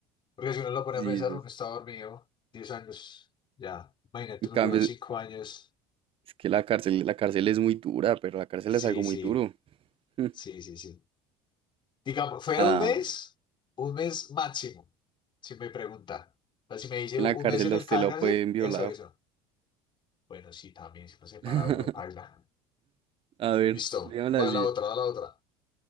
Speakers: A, on the left; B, on the right.
A: Porque si uno lo pone
B: Sí,
A: a pensar,
B: sas.
A: uno está dormido 10 años, ya. Imagínate
B: En cambio,
A: un huevón 5 años.
B: Es que la cárcel, la cárcel es muy dura, pero la cárcel
A: Sí,
B: es algo muy
A: sí,
B: duro. <laughs> Hmm.
A: sí, sí, sí. Digamos, fuera
B: Ah,
A: un mes, un mes máximo, si me pregunta. O sea, si me dice
B: en
A: un
B: la cárcel
A: mes en el
B: a usted
A: cárcel,
B: lo pueden violar.
A: eso, eso. Bueno, sí, también, si no se para
B: <laughs>
A: uno, paila.
B: A ver,
A: Listo,
B: dígame así.
A: va la otra, va la otra.